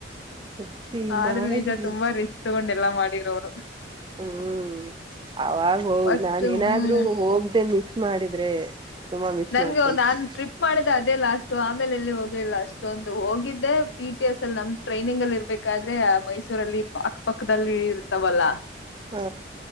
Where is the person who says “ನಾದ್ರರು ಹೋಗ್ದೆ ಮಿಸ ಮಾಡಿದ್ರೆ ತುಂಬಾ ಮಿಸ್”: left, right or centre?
Right